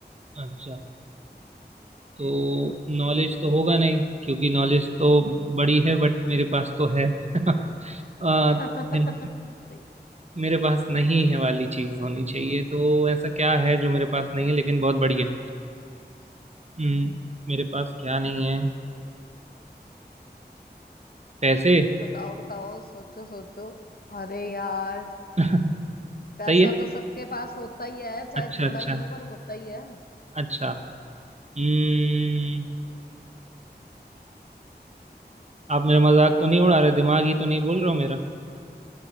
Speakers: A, on the right; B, on the left.
A: अच्छा तो नॉलेज तो होगा नहीं क्योंकि नॉलेज तो बड़ी है बट मेरे पास तो है <laughs> आ,
B: <laughs>
A: मेरे
B: सही
A: मेरे पास नहीं है वाली चीज होनी चाहिए तो ऐसा क्या है जो मेरे पास नहीं है लेकिन बहुत बड़ी है हम्म, मेरे पास क्या नहीं है पैसे
B: बताओ बताओ सोचो सोचो अरे यार
A: <laughs>
B: पैसा
A: सही है
B: तो सबके पास होता ही है चाहे
A: अच्छा
B: थोड़ा
A: अच्छा
B: ही हो पर होता ही है
A: अच्छा हम्म, आप मेरा मजाक तो नहीं उड़ा रहे दिमाग ही तो नहीं बोल रहे हो मेरा